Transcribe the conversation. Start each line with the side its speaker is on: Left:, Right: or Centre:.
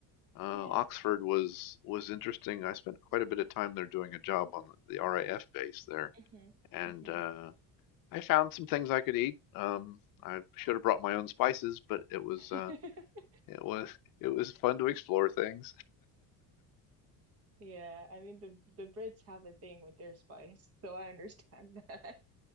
Left: Uh,
Right: Yeah.
Left: Oxford was was interesting. I spent quite a bit of time there doing a job on the RAF base there,
Right: hmm
Left: and
Right: hmm
Left: uh, I found some things I could eat. Um, I should have brought my own spices, but it was
Right: <laughs>
Left: uh, it was <laughs> it was fun to explore things.
Right: Yeah. I mean, the the Brits have a thing with their spice, so I understand that.